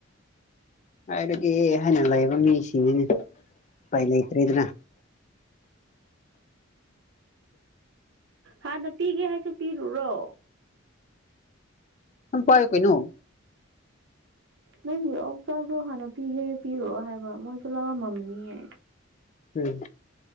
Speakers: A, on the left (about 35°); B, on the right (about 60°).
A: ꯍꯥꯏꯔꯒꯦ ꯍꯥꯏꯅ ꯂꯩꯕ ꯃꯤꯁꯤꯡꯅꯤꯅꯦ ꯎꯄꯥꯏ ꯂꯩꯇ꯭ꯔꯦꯗꯅ
B: ꯍꯥꯟꯅ ꯄꯤꯒꯦ ꯍꯥꯏꯁꯨ ꯄꯤꯔꯨꯔꯣ
A: ꯑꯗꯨꯝ ꯄꯥꯏꯌꯨ ꯀꯩꯅꯣ
B: ꯅꯪꯗꯤ ꯑꯣꯛꯆꯥꯛ ꯇꯣ ꯍꯥꯟꯅ ꯄꯤꯒꯦꯁꯨ ꯄꯤꯔꯨꯔꯣ ꯍꯥꯏꯕ ꯃꯣꯏꯁꯨ ꯂꯥꯝꯃꯝꯃꯅꯤꯌꯦ
A: ꯎꯝ